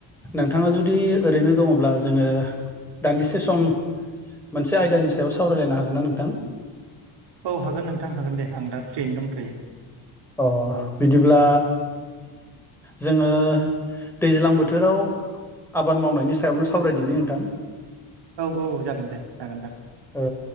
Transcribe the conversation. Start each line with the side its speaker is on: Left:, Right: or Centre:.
Centre: नोंथाङा जुदि ओरैनो दङब्ला जोङो दान्दिसे सम मोनसे आयदानि सायाव सावरायलायनो हागोन ना नोंथां?
Right: औ हागोन नोंथां हागोन दे आं दा फ्रियैनो दंथ'यो
Centre: अ बिदिब्ला जोङो दैज्लां बोथोराव आबाद मावनायनि सायावनो सावरायदिनि नोंथां
Right: औ औ जागोन दे जागोन जागोन
Centre: औ